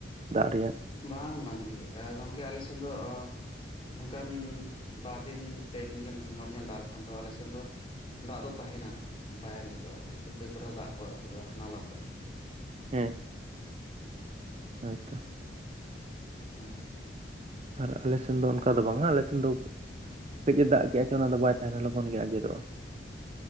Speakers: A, on the right; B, on the left.
A: ᱫᱟᱜ ᱨᱤᱭᱟᱜ?
B: ᱵᱟᱝ ᱵᱟᱝᱜᱤ ᱟ ᱜᱚᱝᱠᱮ ᱟᱞᱮ ᱥᱮᱱ ᱫᱚ ᱱᱚᱝᱠᱟᱱ ᱵᱟᱨ ᱫᱤᱱ ᱯᱮ ᱫᱤᱱ ᱜᱟᱱ ᱡᱷᱚᱢᱚᱨ ᱧᱚᱜ ᱫᱟᱜ ᱞᱮᱠᱷᱟᱱ ᱫᱚ ᱟᱞᱮ ᱥᱮᱱ ᱫᱚ ᱫᱟᱜ ᱫᱚ ᱛᱟᱦᱮᱸᱱᱟ ᱵᱟᱭ ᱟᱸᱡᱮᱫᱚᱜ-ᱟ, ᱱᱟᱹᱭ ᱠᱚᱨᱮ ᱦᱚᱸ ᱫᱟᱜ ᱠᱚ ᱟᱹᱛᱩᱜ-ᱟ ᱱᱟᱞᱟ ᱠᱚᱨᱮ᱾
A: ᱦᱮᱸ ᱦᱳᱭᱛᱚ᱾
B: ᱦᱳᱭ᱾
A: ᱟᱨ ᱟᱞᱮ ᱥᱮᱱ ᱫᱚ ᱚᱝᱠᱟ ᱫᱚ ᱵᱟᱝᱟ ᱟᱞᱮ ᱥᱮᱱ ᱫᱚ ᱠᱟᱹᱡ ᱮ ᱫᱟᱜ ᱠᱮᱜ-ᱟ ᱪᱚ ᱚᱱᱟᱫᱚ ᱵᱟᱭ ᱛᱟᱦᱮᱸᱱᱟ ᱞᱚᱜᱚᱱ ᱜᱮ ᱟᱸᱡᱮᱫᱚᱜ-ᱟ᱾